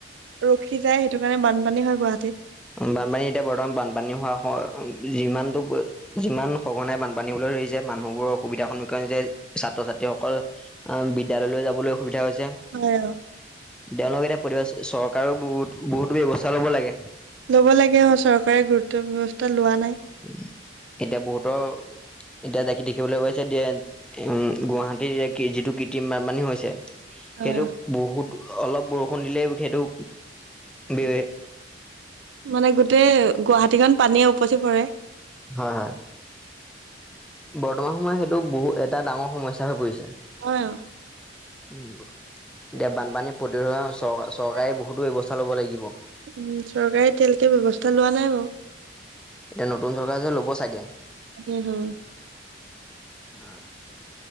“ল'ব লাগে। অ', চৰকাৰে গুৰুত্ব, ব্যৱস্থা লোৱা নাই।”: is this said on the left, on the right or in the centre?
Right